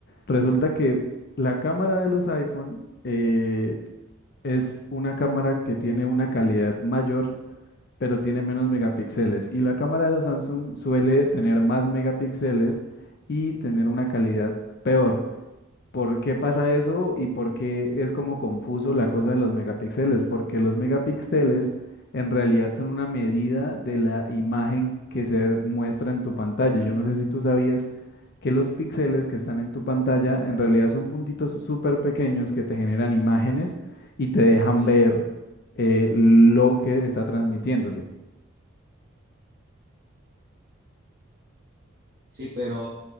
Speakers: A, on the left; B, on the right.
A: Resulta que la cámara de los iPhone eh, es una cámara que tiene una calidad mayor, pero tiene menos megapíxeles. Y la cámara de los Samsung suele tener más megapíxeles y tener una calidad peor. ¿Por qué pasa
B: ¿Mm?
A: eso y por qué es como confuso la cosa de los megapíxeles? Porque los megapíxeles en realidad son una medida de la imagen que se muestra en tu pantalla. Yo no sé si tú sabías que los píxeles que están en tu pantalla en realidad son puntitos súper pequeños que te generan imágenes y te dejan
B: Sí,
A: ver eh, lo que está transmitiéndose.
B: sí, pero